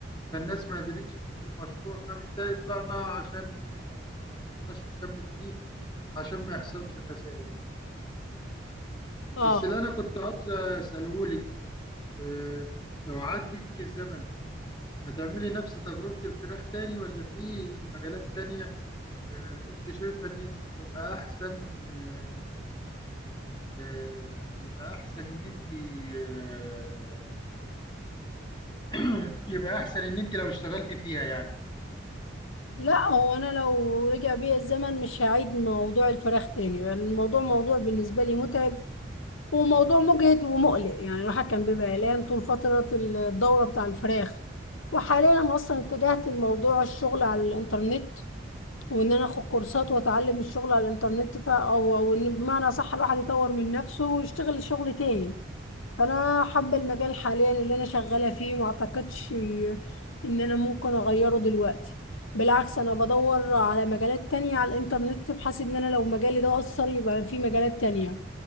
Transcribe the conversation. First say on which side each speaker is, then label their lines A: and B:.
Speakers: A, on the left (about 25°); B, on the left (about 90°).
A: فالناس ما قدرتش تجيب المشروع فبالتالي طلعنا عشان آه، وما رضيناش نكمل فيه عشان ما يحصلش خسائر
B: اه
A: بس اللي انا كنت عاوز اساله لك ب- لو عاد بيك الزمن هتعملي نفس تجربة الفراخ تاني ولا في مجالات تانية آه، انت شايفة ان إن يبقى احسن آه، آه، يبقى احسن ان انت آه، <clears throat> يبقى احسن ان انت لو اشتغلت فيها يعني
B: لا هو انا لو رجع بيا الزمن مش هعيد موضوع الفراخ تاني لان يعني الموضوع موضوع بالنسبه لي متعب وموضوع مجهد ومقلق يعني الواحد كان بيبقى قلقان طول فتره الدوره بتاع الفراخ وحاليا انا اصلا اتجهت لموضوع الشغل على الانترنت وان انا اخد كورسات واتعلم الشغل على الانترنت ف او او ان بمعنى صح الواحد يطور من نفسه ويشتغل شغل تاني فانا حابه المجال حاليا اللي انا شغاله فيه ما اعتقدش ان انا ممكن اغيره دلوقتي بالعكس انا بدور على مجالات تانية على الانترنت بحيث ان انا لو مجالي ده اثر يبقى في مجالات تانية